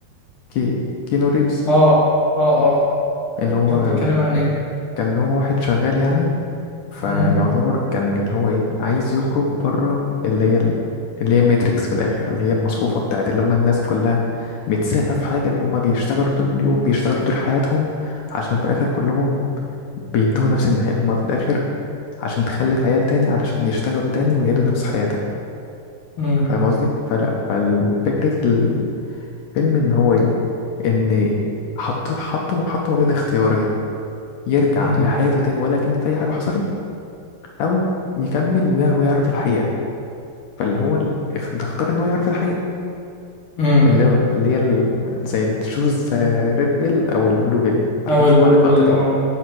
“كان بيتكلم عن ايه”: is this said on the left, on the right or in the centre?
Left